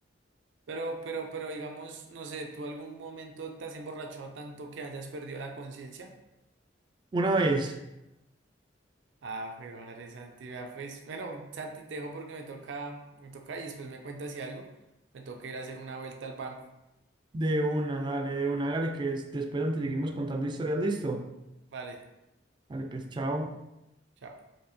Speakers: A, on the right; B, on the right.
A: Pero, pero, pero digamos, no sé, ¿tú algún momento te has emborrachado tanto que hayas perdido la conciencia?
B: Una vez,
A: Ah, jue madre Santi, vea, pues, bueno, Santi, te dejo porque me toca, me toca y después me cuentas si algo, me toca ir a hacer una vuelta al banco.
B: de una, dale, de una, dale, que es- después antes seguimos contando historias, listo.
A: Vale,
B: Dale, pues, chao.
A: chao.